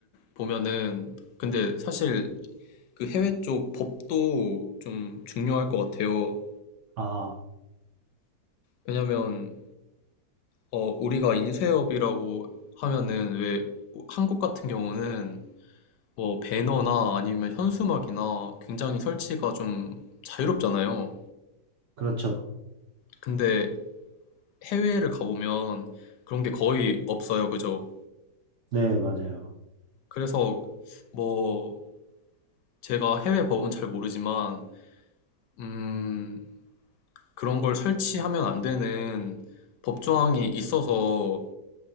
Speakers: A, on the left; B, on the right.
A: 보면은 근데 사실 그 해외 쪽 법도 좀 중요할 것 같아요.
B: 아,
A: 왜냐면 어, 우리가 인쇄업이라고 하면은 왜 한국 같은 경우는 뭐 배너나 아니면 현수막이나 굉장히 설치가 좀 자유롭잖아요.
B: 그렇죠.
A: 근데 해외를 가보면 그런 게 거의 없어요. 그죠?
B: 네, 맞아요.
A: 그래서 뭐 제가 해외 법은 잘 모르지만 음, 그런 걸 설치하면 안 되는 법조항이 있어서